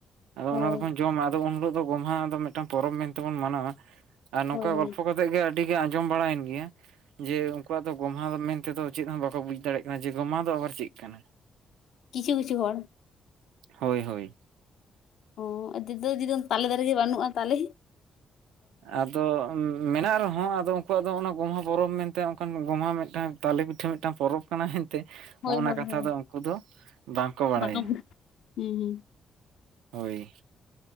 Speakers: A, on the right; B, on the left.
A: ᱟᱫᱚ
B: ᱦᱳᱭ
A: ᱚᱱᱟ ᱫᱚᱵᱚᱱ ᱡᱚᱢᱟ, ᱟᱫᱚ ᱩᱱ ᱦᱤᱞᱳ ᱫᱚ ᱜᱚᱢᱦᱟ ᱫᱚ ᱢᱤᱫᱴᱟᱝ ᱯᱚᱨᱚᱵᱽ ᱢᱮᱱᱛᱮ ᱵᱚᱱ ᱢᱟᱱᱟᱣᱟ ᱟᱨ ᱱᱚᱝᱠᱟ
B: ᱦᱳᱭ ᱦᱳᱭ
A: ᱜᱚᱞᱯᱚ ᱠᱟᱛᱮ ᱜᱮ ᱟᱹᱰᱤ ᱜᱮ ᱟᱸᱡᱚᱢ ᱵᱟᱲᱟᱭᱮᱱ ᱜᱮᱭᱟ ᱡᱮ ᱩᱱᱠᱩᱣᱟᱜ ᱫᱚ ᱜᱚᱢᱦᱟ ᱫᱚ ᱛᱮᱫᱚ ᱪᱮᱫ ᱦᱚᱸ ᱵᱟᱠᱚ ᱵᱩᱡᱽ ᱫᱟᱲᱮᱭᱟᱜ ᱠᱟᱱᱟ ᱡᱮ ᱜᱚᱢᱟ ᱫᱚ ᱟᱵᱟᱨ ᱪᱮᱫ ᱠᱟᱱᱟ?
B: ᱠᱤᱪᱷᱩ-ᱠᱤᱪᱷᱩ ᱦᱚᱲ᱾
A: ᱦᱳᱭ, ᱦᱳᱭ᱾
B: ᱚ ᱡᱩᱫᱟᱹ ᱡᱩᱫᱟᱹ ᱛᱟᱞᱮ ᱫᱟᱨᱮ ᱜᱮ ᱵᱟᱹᱱᱩᱜᱼᱟ, ᱛᱟᱦᱞᱮ?
A: ᱟ ᱫᱚ ᱢᱮᱱᱟᱜ ᱨᱮᱦᱚᱸ ᱟᱫᱚ ᱩᱱᱠᱩᱣᱟᱜ ᱫᱚ ᱚᱱᱟ ᱜᱚᱢᱦᱟ ᱯᱚᱨᱚᱵᱽ ᱢᱮᱱᱛᱮ ᱚᱱᱠᱟᱱ ᱜᱚᱢᱦᱟ ᱢᱤᱫᱴᱟᱝ ᱛᱟᱞᱮ ᱯᱤᱴᱷᱟᱹ ᱢᱤᱫᱴᱟᱝ ᱯᱚᱨᱚᱵᱽ ᱠᱟᱱᱟ ᱛᱮ
B: ᱦᱳᱭ
A: ᱦᱚᱸᱜᱼᱚ ᱱᱟ
B: ᱦᱳᱭ
A: ᱠᱟᱛᱷᱟ
B: ᱦᱳᱭ
A: ᱫᱚ ᱩᱱᱠᱩ ᱫᱚ ᱵᱟᱝᱠᱚ ᱵᱟᱲᱟᱭᱟ
B: ᱵᱟᱠᱚ ᱵᱷᱩᱜ ᱦᱮᱸ ᱦᱮᱸ
A: ᱦᱳᱭ